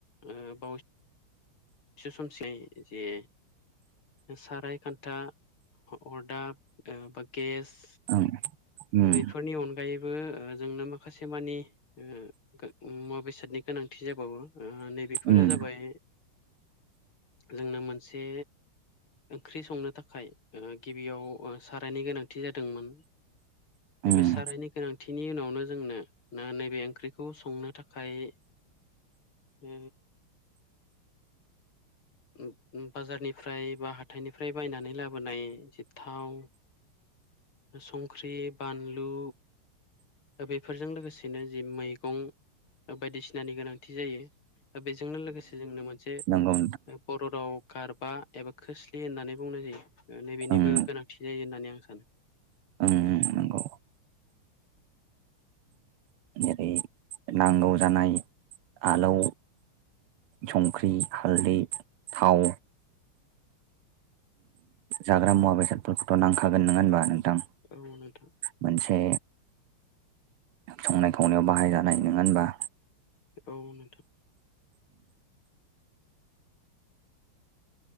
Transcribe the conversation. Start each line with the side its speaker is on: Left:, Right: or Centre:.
Left: ओ बावै सो समसै जे साराय खान्था अरदाब ओ बा गेस
Right: ओं उम
Left: बेफोरनि अनगायैबो ओ जोंनो माखासे मानि ओ गो मुवा बेसादनि गोनांथि जाबावो। ओ‌ नैबेफोरो
Right: उम
Left: जाबाय जोंनो मोनसे ओंख्रि संनो थाखाय ओ गिबियाव ओ सारायनि गोनांथि जादोंमोन। नैबे
Right: उम
Left: सारायनि गोनांथिनि उनावनो जोंनो ना नैबे ओंख्रिखौ संनो थाखाय ओ उम उम बाजारनिफ्राय बा हाथाइनिफ्राय बायनानै लाबोनाय जि थाव संख्रि, बानलु। दा बेफोरजों लोगोसेनो जि मैगं बायदिसिनानि गोनांथि जायो। बेजोंनो लोगोसे जोंनो मोनसे
Right: नोंगौ।
Left: बर' राव गारबा एबा खोस्लि होननानै बुंनाय जायो नैबेनिबो
Right: ओं
Left: गोनांथि जायो होननानै आं सानो।
Right: ओं ओं नंगौ। जेरै नांगौ जानाय आलौ संख्रै हालदै थाव जाग्रा मुवा बेसादफोरखौथ' नांखागोन नोङा होनबा नोंथां?
Left: औ नोंथां।
Right: मोनसे संनाय खावनायाव बाहायजानाय नङा होनबा?
Left: औ नोंथां।